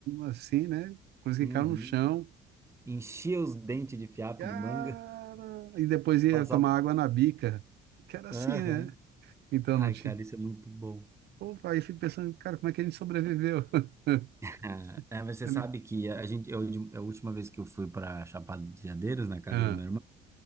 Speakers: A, on the right; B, on the right.
A: assim, né? Coisa que
B: Uhum.
A: caiu no chão.
B: Enchia os dentes de fiapo
A: Cara!
B: de manga, <laughs>
A: E depois ia
B: passava.
A: tomar água na bica, que era assim,
B: Aham.
A: né? Então
B: Ai,
A: não te.
B: cara, isso é muito bom.
A: Opa, aí eu fico pensando, cara, como é que a gente sobreviveu? <laughs>
B: Ah, é, você
A: É
B: sabe
A: me-
B: que a gente, eu, a última vez que eu fui para Chapada dos Veadeiros, na casa
A: Ah,
B: do meu irmão,